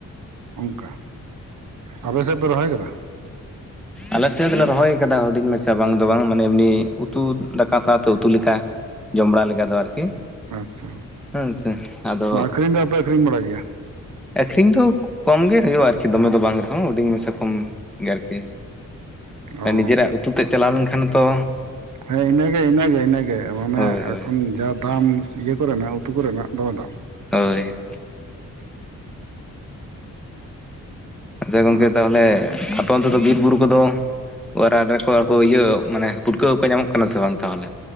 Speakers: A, on the right; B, in the centre.
A: ᱚᱱᱠᱟ ᱟᱯᱮ ᱥᱮᱫ ᱯᱮ ᱨᱚᱦᱚᱭ ᱠᱮᱫᱟ?
B: ᱟᱞᱮ ᱥᱮᱫ ᱫᱚᱞᱮ ᱨᱚᱦᱚᱭ ᱟᱠᱟᱫᱟ ᱦᱩᱰᱤᱧ ᱢᱟᱪᱷᱟ ᱵᱟᱝ ᱫᱚ ᱵᱟᱝ ᱢᱟᱱᱮ ᱮᱢᱱᱤ ᱩᱛᱩ ᱫᱟᱠᱟ ᱥᱟᱶᱛᱮ ᱩᱛᱩ ᱞᱮᱠᱟ᱾ ᱡᱚᱢ ᱵᱟᱲᱟ ᱞᱮᱠᱟ ᱫᱚ ᱟᱨᱠᱤ᱾
A: ᱟᱪᱪᱷᱟ
B: ᱦᱮᱸ ᱥᱮ ᱟᱫᱚ
A: ᱵᱟᱝ ᱟᱠᱷᱨᱤᱧ ᱫᱚᱯᱮ ᱟᱠᱷᱨᱤᱧ ᱵᱟᱲᱟ ᱜᱮᱭᱟ?
B: ᱟᱠᱷᱨᱤᱧ ᱫᱚ ᱠᱚᱢ ᱜᱮ ᱦᱩᱭᱩᱜᱼᱟ ᱟᱨᱠᱤ ᱫᱚᱢᱮ ᱫᱚ ᱵᱟᱝ ᱨᱮᱦᱚᱸ ᱦᱩᱰᱤᱧ ᱢᱮᱥᱮ ᱠᱚᱢ ᱜᱮ ᱟᱨᱠᱤ᱾
A: ᱚ
B: ᱱᱤᱡᱮᱨᱟᱜ ᱩᱛᱩ ᱛᱮᱜ ᱪᱟᱞᱟᱣ ᱞᱮᱱ ᱠᱷᱟᱱ ᱛᱚᱼᱼ
A: ᱦᱮᱸ ᱤᱱᱟᱹᱜᱮ ᱤᱱᱟᱹᱜᱮ ᱤᱱᱟᱹᱜᱮ ᱢᱟᱱᱮ
B: ᱦᱳᱭ ᱦᱳᱭ
A: ᱮᱠᱷᱚᱱ ᱡᱟ ᱫᱟᱢᱼᱼ ᱤᱭᱟᱹ ᱠᱚᱨᱮᱱᱟᱜ ᱩᱛᱩ ᱠᱚᱨᱮᱱᱟᱜ ᱫᱚᱢᱮ ᱫᱟᱢ᱾
B: ᱦᱳᱭᱼᱼ ᱟᱪᱪᱷᱟ ᱜᱚᱝᱠᱮ
A: ᱟᱨ
B: ᱛᱟᱦᱚᱞᱮ ᱟᱯᱮ ᱚᱱᱛᱮ ᱫᱚ ᱵᱤᱨ ᱵᱩᱨᱩ ᱠᱚᱫᱚᱼᱼ ᱚᱟᱨᱟᱱ ᱨᱮᱠᱚ ᱤᱭᱟᱹ ᱢᱟᱱᱮ ᱯᱩᱴᱠᱟᱹᱠᱚᱠᱚ ᱧᱟᱢᱚᱜ ᱠᱟᱱᱟ ᱥᱮ ᱵᱟᱝ ᱛᱟᱦᱚᱞᱮ?